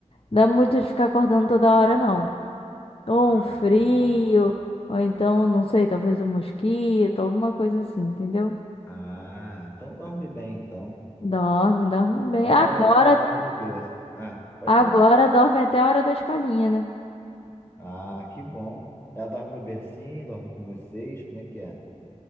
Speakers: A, on the left; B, on the left.
A: dá muito de ficar acordando toda hora, não. Ou
B: Ah,
A: um frio,
B: tá.
A: ou então, não sei, talvez um mosquito, alguma coisa assim, entendeu?
B: Ah, então dorme bem, então.
A: Dorme, dorme bem.
B: Mas
A: Agora,
B: ela, ela dorme no berço. Ah, pode
A: agora
B: falar.
A: dorme até a hora da escolinha, né?
B: Ah, que bom. Ela dorme no bercinho, dorme com vocês, como é que é?